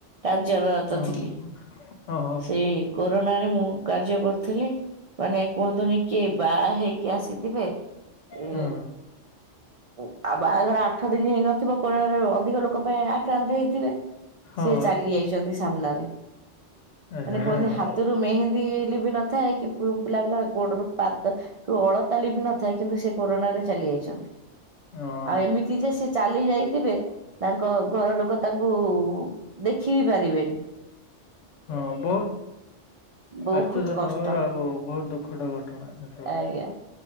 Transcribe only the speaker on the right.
କାର୍ଯ୍ୟରତ
ଥିଲି
ସେ କୋରୋନା ରେ ମୁଁ କାର୍ଯ୍ୟ କର ଥିଲି ମାନେ କୁହନ୍ତୁନି କିଏ ବାହା ହେଇକି ଆସିଥିବେ ଏ
ଉ ଆ ବାହାଘର ଆଠ ଦିନି ହେଇନଥିବ କୋରୋନାରେ ଅଧିକ ଲୋକ ପାଇଁ ଆକ୍ରାନ୍ତ ହେଇଥିବେ।
ସିଏ ଚାଲି ଯାଇଛନ୍ତି ସାମ୍ନାରେ ମାନେ
କୁହନ୍ତି ହାତ ରୁ ମେହେନ୍ଦୀ ଲିଭି ନଥାଏ କି ପିଲାଙ୍କ ଗୋଡରୁ ପାଦ ଅଳତା ଲିଭି ନଥାଏ କିନ୍ତୁ ସେ କୋରନା ରେ ଚାଲି ଯାଇଛନ୍ତି।
ଆଉ ଏମିତି ଯେ ସେଚାଲି ଯାଇଥିବେ ତାଙ୍କ ଘର ଲୋକ ତାଙ୍କୁ ଦେଖିବି ପାରିବେନି।
ବହୁତ
କଷ୍ଟ
ଆଜ୍ଞା